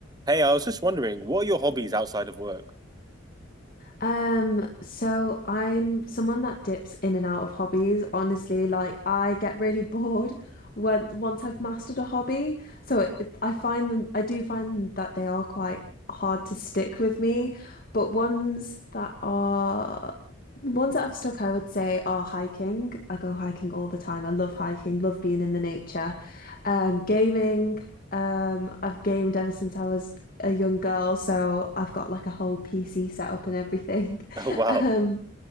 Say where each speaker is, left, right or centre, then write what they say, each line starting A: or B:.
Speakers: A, on the right; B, on the left.
A: Hey, I was just wondering, what are your hobbies outside of work? <laughs>
B: Um, so I'm someone that dips in and out of hobbies. Honestly, like I get really <laughs> bored when once I've mastered a hobby. So it, I find them, I do find that they are quite hard to stick with me, but ones that are the ones that I've stuck, I would say, are hiking. I go hiking all the time. I love hiking, love being in the nature. Um, gaming. Um, I've gamed ever since I was a young girl, so I've got like a whole PC set up and everything. <laughs>
A: Oh, wow.
B: Um,